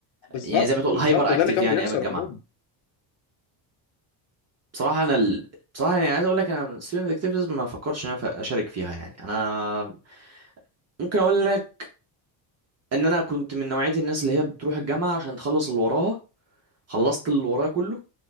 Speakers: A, on the left; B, on the right.
A: بالظبط
B: يعني زي ما تقول
A: بالظبط
B: هايبر
A: وده
B: اكتيف
A: اللي كان
B: يعني
A: بيحصل
B: ايام الجامعه
A: عموما
B: بصراحة أنا ال... بصراحة يعني عايز أقول لك أنا student activities ما فكرش إن أنا ف- أشارك فيها يعني أنا ممكن أقول لك إن أنا كنت من نوعية الناس اللي هي بتروح الجامعة عشان تخلص اللي وراها خلصت اللي ورايا كله